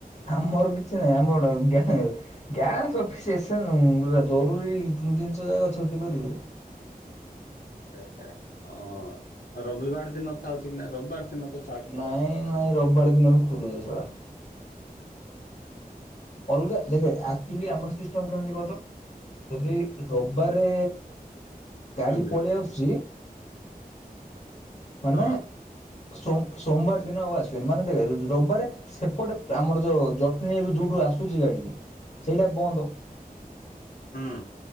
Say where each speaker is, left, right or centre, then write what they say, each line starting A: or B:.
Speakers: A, on the left; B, on the left.
A: ଆମର କିଛି ନାହିଁ ଆମର ଗ୍ୟାସ ପୁରା <unintelligible> ଜରୁରୀ। ଏହି ତିନି ଦିନ ଯାକ ଛୁଟି କରିବେରେ।
B: <unintelligible> ହଁ ରବିବାର ଦିନ ଥାଉଛି କି ନା ରବିବାର ଦିନ ତ ଛାଡ
A: ନାଇଁ ନାଇଁ ରବିବାର ଦିନ ବି ଖୁଲୁଛି ସଳା। ଅଲଗା ଦେଖେ ଆକଚୁଆଲି ଆମର ସେହି ସିଷ୍ଟମ କେମିତି କହ ତ ଯଦି ରବିବାରେ ଗାଡ଼ି
B: ଏମତି
A: ପଳି ଆସୁଚି। ମାନେ
B: ହଁ
A: ସୋମ ସୋମବାର ଦିନ ଆଉ ଆସିବେନି ମାନେ ଦେଖେ ରବିବାରେ ସେପଟେ ଆମର ଯୋଉ ଜଟଣୀରୁ ଯଉଠୁ ଆସୁ ଆସୁଛି ଗାଡି ସେଇଟା ବନ୍ଦ।
B: ହୁଁ